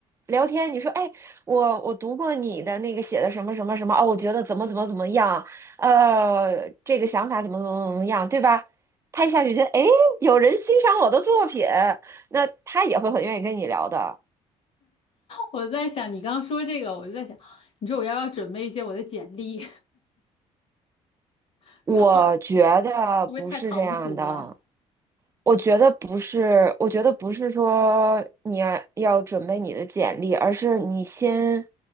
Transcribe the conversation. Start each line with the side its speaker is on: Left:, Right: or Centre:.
Right: 聊天。你说，哎，我我读过你的那个写的什么什么什么，哦，我觉得怎么怎么怎么样，呃，这个想法怎么怎么怎么样，对吧？他一下就觉得，哎，有人欣赏我的作品，那他也会很愿意跟你聊的。
Left: 我在想你刚刚说这个，我就在想，你说我要不要准备一些我的简历，<laughs>
Right: 我觉得不是这样的，
Left: 然后会不会太唐突了？
Right: 我觉得不是，我觉得不是说你要要准备你的简历，而是你先